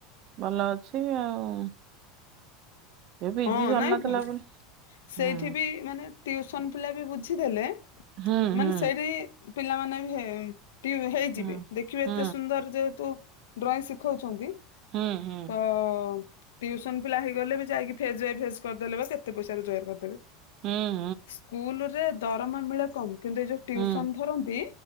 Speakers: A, on the right (about 50°); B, on the left (about 85°).
A: ଭଲ ଅଛି ଆଉ। ଏ ପିଜି
B: ହଁ
A: ସରିନଥିଲା
B: ନାଇଁ ଭଲ
A: ବୋଲି
B: ସେଇଠି
A: ହୁଁ
B: ବି ମାନେ ଟିଉସନ ପିଲା ବି ବୁଝିଦେଲେ
A: ହୁଁ ହୁଁ
B: ମାନେ ସେଇଠି ପିଲାମାନେ ହେ ଟିମ୍ ହେଇଯିବେ
A: ହୁଁ
B: ଦେଖିବେ ଏତେ ସୁନ୍ଦର ଯେହେତୁ ଡ୍ରଇଂ ଶିଖଉଛନ୍ତି
A: ହୁଁ ହୁଁ
B: ତ ଟିଉସନ ପିଲା ହେଇଗଲେ ବି ଯାଇକି ଫେଜ୍ ବାଇ ଫେଜ୍ କରିଦେଲେ ବା କେତେ ପଇସା ରୋଜଗାର କରିଦେବେ।
A: ହୁଁ ହୁଁ
B: ସ୍କୁଲ ରେ ଦରମା ମିଳେ କମ୍ କିନ୍ତୁ ଏ ଯୋଉ ଟିଉସନ୍
A: ହୁଁ
B: ଧରନ୍ତି